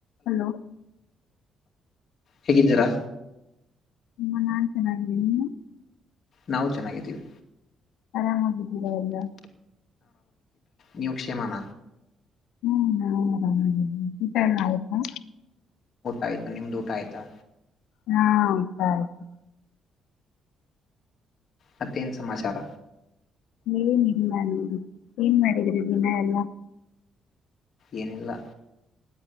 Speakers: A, on the left; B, on the left.
A: Hello?
B: ಹೇಗಿದ್ದೀರಾ?
A: ಹ ನಾನ್ ಚೆನ್ನಾಗಿಡ್ಡಿನ್ ನೀನು?
B: ನಾವು ಚೆನ್ನಾಗಿದ್ದೀವಿ.
A: ಆರಾಮಾಗಿದ್ದಿರ ಎಲ್ಲ
B: ನಿವು ಕ್ಷೇಮನಾ?
A: ಹ್ಮ್ ನವು ಆರಾಮ <unintelligible> ಉಟ ಯೆಲ್ಲಾ ಆಯ್ತಾ
B: ಆಯ್ತು ನಿಮ್ದ್ ಊಟ ಆಯ್ತಾ?
A: ಹ್ಮ ಊಟ ಆಯ್ತು.
B: ಮತ್ತೇನು ಸಮಾಚಾರ.
A: ಏನ ಇಲ್ಲ ನೋಡಿ ಏನ್ ಮಾಡಿದ್ರಿ ದಿನ ಎಲ್ಲ?
B: ಏನಿಲ್ಲ.